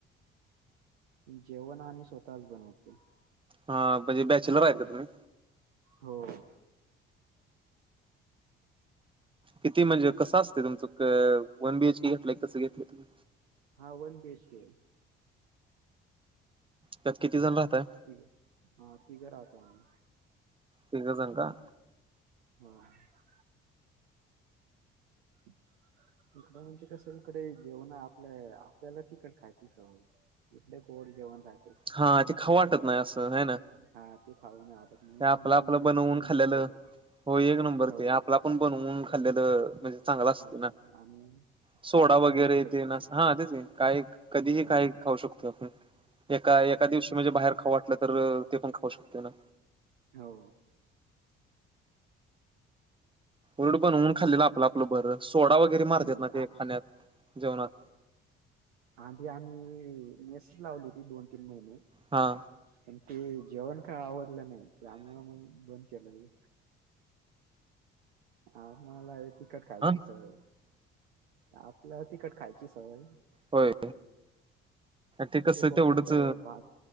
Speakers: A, on the right; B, on the right.
A: जेवण आम्ही स्वतःच बनवतो.
B: हा म्हणजे बॅचलर आहे का तुम्ही?
A: हो.
B: किती म्हणजे कस असते तुमचं? क वन बी एच के घेतलंय कसं घेतलं तुम्ही?
A: हा वन बी एच के आहे.
B: त्यात किती जण राहता?
A: तिघ हा तिघ राहतो आम्ही.
B: तिघं जण का?
A: <unintelligible> इकडं म्हणजे कस इकडे जेवण आपल्या आपल्याला तिकट खायची सवय. इकडे गोड जेवण रायते.
B: हा ते खाऊ वाटत नाय असं, हाय ना?
A: हा ते खाऊ नाही वाटत म्हणून
B: ते आपलं
A: आम्ही
B: आपलं
A: मेस
B: बनवून
A: बंदच
B: खाल्लेलं
A: केले.
B: हो एक नंबर
A: हो.
B: ते आपला पण बनवून खाल्लेल म्हज चांगल असते
A: हो
B: ना,
A: आणि
B: सोडा
A: काय पण
B: वगैरे
A: बनवू शकतो
B: ते नस
A: मग आपण
B: हा तेच की काय कधीही काही
A: हो
B: खाऊ शकतो आपण. एका एका दिवशी
A: हो
B: म्हणजे बाहेर खाऊ वाटलं तर ते पण खाऊ शकतो ना?
A: हो.
B: उलट बनवून खाल्लेलं आपलं आपलं बरं. सोडा वगैरे मारतात
A: हो
B: ना ते खाण्यात जेवणात
A: आधीं आम्ही मेसस लावली होती दोन तीन महिने.
B: हा,
A: पण ते जेवण काय आवडलं नाही. त्यामुळं मग बंद केलं मी. आम्हाला आहे तिखट खायची
B: ह
A: सवय आपला तिखट खायची सवय
B: होय ते
A: इथे
B: कसं
A: कोकणातं
B: तेवढंच
A: भात